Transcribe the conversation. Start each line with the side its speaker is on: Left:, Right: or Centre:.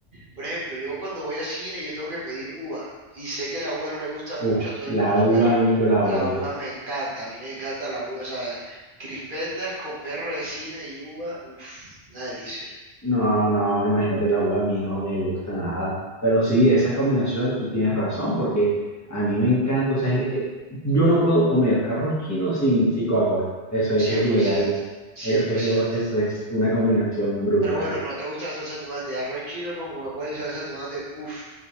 Right: por ejemplo, yo cuando voy al cine yo tengo que pedir uva y sé que la uva no le gusta mucho
Left: Uf,
Right: a todo el mundo,
Left: la uva
Right: pero
Left: a mí yo la
Right: la
Left: odio.
Right: uva me encanta, a mí me encanta la uva, o sea, crispetas con perro de cine y uva, uff, una delicia,
Left: No, no, imagínate, la uva a mí no me gusta nada. Pero sí, esas combinaciones tú tienes razón, porque a mí me encanta. O sea, es- es- yo no puedo comer arroz chino sin, sin Coca-Cola. Eso, eso
Right: cien
Left: es
Right: cien
Left: ilegal.
Right: por ciento, cien
Left: Eso,
Right: por
Left: eso,
Right: ciento.
Left: eso es una combinación brutal.
Right: Pero bueno, ¿no te gusta la salsa de tomate? Arroz chino con Coca-Cola y salsa de tomate, uff,